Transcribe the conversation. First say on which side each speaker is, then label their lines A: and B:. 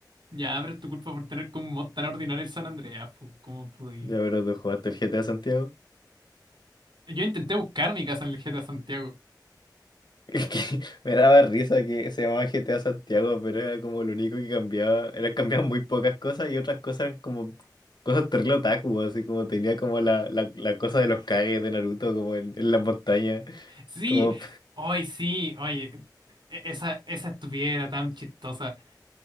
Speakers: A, on the right (about 90°); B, on the left (about 70°).
A: Ya, pero es tu culpa por tener como un mod tan ordinario el San Andreas, pu, ¿cómo pude?
B: Ya, pero tú jugaste el GTA Santiago.
A: Yo intenté buscar mi casa en el GTA Santiago.
B: Es que <laughs> me daba risa que se llamaba G T a Santiago, pero era como lo único que cambiaba. Era, cambiaban muy pocas cosas y otras cosas eran como cosas terrible otaku, así como tenía como la, la, la cosa de los Kage de Naruto, como en, en las montañas.
A: Sí,
B: Como,
A: hoy sí, oye, e- esa, esa estuviera tan chistosa.